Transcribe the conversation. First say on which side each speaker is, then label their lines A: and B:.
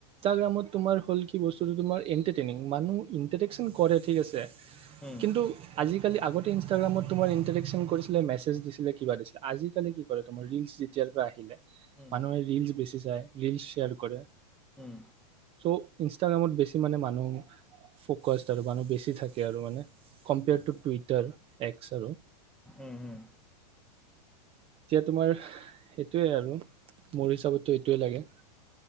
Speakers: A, on the right; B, in the centre.
A: ত তোমাৰ হল কি বস্তুটো তোমাৰ এণ্টাৰটেইনিং মানুহ ইন্টাৰটেকন কৰে ঠিক আছে
B: হুম
A: কিন্তু আজি আজাকালি আগতে ইনষ্টাগ্ৰামত তোমাৰ ইণ্টাৰেকশন কৰিছিলে মেছেজ দিছিলে কিবা দিছিলে আজিকালি কি কৰে তোমাৰ ৰিলচ যেতিয়াৰ পৰা আহিলে
B: হুম
A: মানুহে ৰিলচ বেছি চায় ৰিল শেয়াৰ কৰে
B: উম
A: চ' ইনষ্টাগ্ৰামত বেছি মানে মানুহ ফকাচ আৰু মানুহ বেছি থাকে তাকে আৰু মানে কম্পেয়াৰ টু টুইটাৰ এক্সৰো
B: উম হম
A: এতিয়া তোমাৰ সেইটোৱে আৰু মোৰ হিচাপতটো এইটোৱেই লাগে